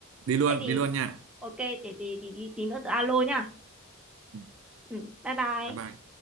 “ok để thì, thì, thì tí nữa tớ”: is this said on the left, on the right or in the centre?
Centre